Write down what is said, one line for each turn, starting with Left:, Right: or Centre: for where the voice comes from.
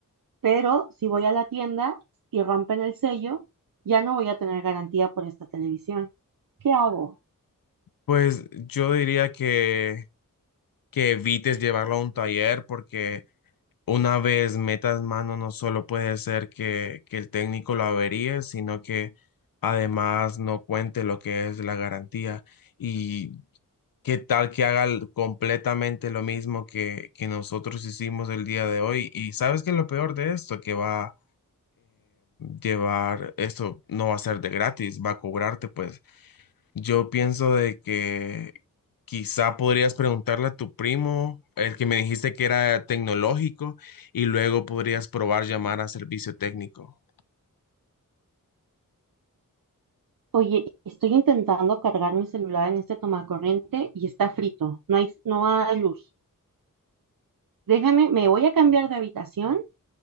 Right: Pero si voy a la tienda y rompen el sello, ya no voy a tener garantía por esta televisión. ¿Qué hago?
Left: Pues yo diría que, que evites llevarlo a un taller porque una vez metas mano no solo puede ser que, que el técnico lo averíe, sino que además no cuente lo que es la garantía. Y ¿Qué tal que haga l- completamente lo mismo que, que nosotros hicimos el día de hoy? Y sabes que lo peor de esto, que va a llevar, esto no va a ser de gratis, va a cobrarte, pues yo pienso de que quizá podrías preguntarle a tu primo, el que me dijiste que era tecnológico, y luego podrías probar llamar a servicio técnico.
Right: Oye, estoy intentando cargar mi celular en este tomacorriente y está frito. No hay, no hay luz. Déjame, me voy a cambiar de habitación.